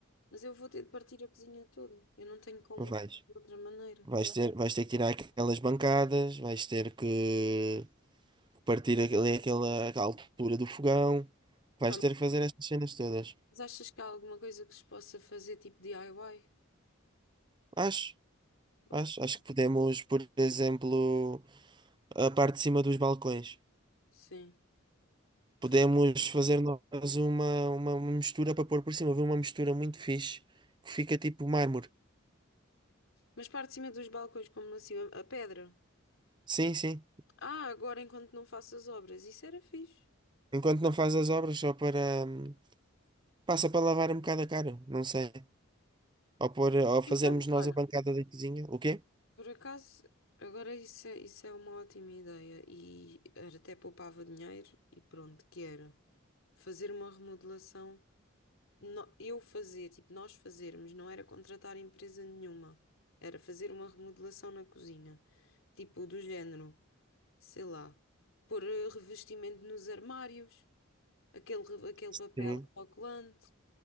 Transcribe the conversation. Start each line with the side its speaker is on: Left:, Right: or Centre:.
Left: Mas eu vou ter de partir a cozinha toda. Eu não tenho como
Right: Não Vais.
Left: fazer de outra maneira.
Right: Vais ter, vais ter que tirar aquelas bancadas, vais ter que partir ali aquela aquela altura do fogão, vais
Left: Pá,
Right: ter que fazer estas cenas todas.
Left: mas achas que há alguma coisa que se possa fazer tipo DIY?
Right: Acho,
Left: Ou-
Right: acho, acho que podemos, por exemplo, a parte de cima dos balcões.
Left: Sim.
Right: Podemos
Left: Fazer.
Right: fazer nós uma, uma uma mistura para pôr por cima. Viu uma mistura muito fixe que fica tipo mármore.
Left: Mas parte de cima dos balcões, como não se a pedra.
Right: Sim, sim.
Left: Ah, agora enquanto não faço as obras. Isso era fixe.
Right: Enquanto não faz as obras, só para. hum, Passa para lavar um bocado a cara, não sei. Ou, pôr, ou fazermos
Left: Então,
Right: nós
Left: olha,
Right: a bancada da cozinha. O quê?
Left: por acaso, agora isso é, isso é uma ótima ideia. E era até poupava dinheiro e pronto, que era fazer uma remodelação. no- eu fazer, tipo, nós fazermos, não era contratar empresa nenhuma, era fazer uma remodelação na cozinha, tipo, do género, sei lá, pôr eh, revestimento nos armários, aquele, re- aquele
Right: Sim,
Left: papel autocolante,